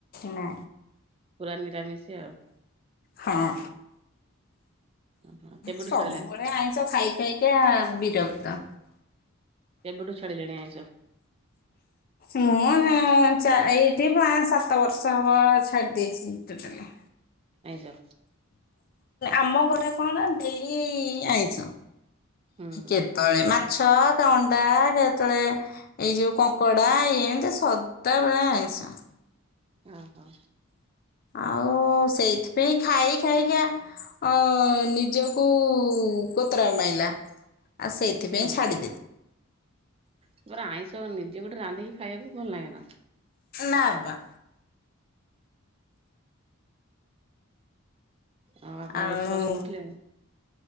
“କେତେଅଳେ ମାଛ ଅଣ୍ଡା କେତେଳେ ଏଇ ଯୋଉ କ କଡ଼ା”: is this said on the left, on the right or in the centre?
Left